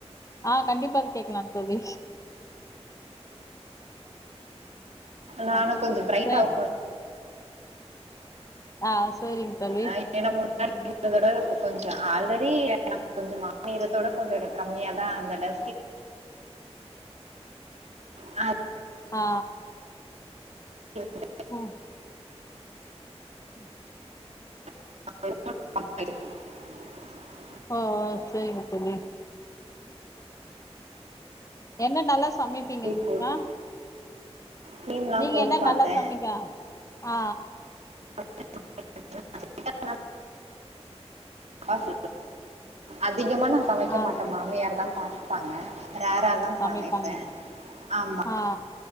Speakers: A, on the left (about 30°); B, on the right (about 80°).
A: ஆஹ் கண்டிப்பா அது கேக்கலாம் தோழி
B: நானும்
A: ஆ
B: கொஞ்சம் ப்ரைட்டா
A: சே
B: <unintelligible> <unintelligible>
A: ஆ சேரிங்க தோழி
B: அ ஆ ஏன்னா முன்னாடி
A: ம்
B: இருந்ததவிட இப்ப கொஞ் ஆல்ரெடி நம்ம கொஞ்சோ மாநிறத்த விட கொஞ்சோ எனக்கு கம்மியாதா அந்த <inaudible> ஆ
A: ஆ
B: <unintelligible> <inaudible>
A: உம் ம்
B: <inaudible>
A: ஆஹ் செரிங்க செரிங்க எண்ணை நல்லா சமைப்பீங்க க்கா
B: போட்டு கிரீம்லாம்
A: நீங்க
B: போட்டு
A: என்ன
B: பாத்தேன்.
A: நல்லா சமைங்க ஆ
B: <inaudible> <unintelligible> அத் அதிகமாக நான் சமைக்க
A: ஆ
B: மாட்டேம்மா
A: ச
B: மாமியார் தான் <unintelligible> வாங்க ரேரா தான்
A: சமைப்பாங்க
B: சமைப்பேன் ஆமா
A: ஆ